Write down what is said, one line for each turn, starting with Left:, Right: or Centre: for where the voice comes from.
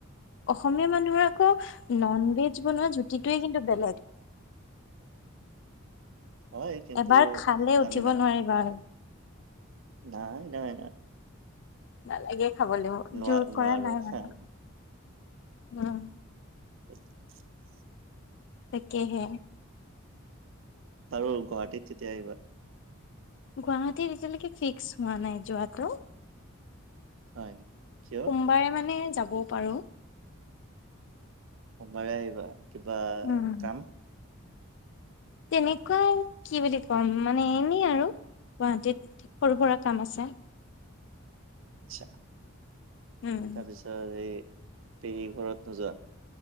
Left: অসমীয়া মানুহৰ আকৌ নন ভেজ বনোৱা জুতিটোৱে কিন্তু বেলেগ
Right: <unintelligible> হয় কিন্তু
Left: এবাৰ খালে
Right: আমি
Left: উঠিব
Right: নাখাওঁ।
Left: নোৱাৰিবা
Right: নাই, নাই,
Left: নালাগে খাবলৈও
Right: ন
Left: জোৰ কৰা
Right: নোৱাৰো
Left: নাই
Right: হম
Left: মানে। উম
Right: <unintelligible>
Left: তাকে হে
Right: আৰু গুৱাহাটীত কেতিয়া আহিবা
Left: গুৱাহাটীৰ এতিয়ালৈকে ফিক্স হোৱা নাই যোৱাটো
Right: হয় নেকি কিয়?
Left: সোমবাৰে মানে যাবও পাৰো
Right: সোবাৰে আহিবা কিবা
Left: উম।
Right: কাম
Left: তেনেকুৱা কি বুলি কম মানে এনেই আৰু গুৱাহাটীত সৰু সুৰা কাম আছে
Right: আচ্ছা,
Left: উম
Right: তাৰপিছত এই পেহী ঘৰত নোযোৱা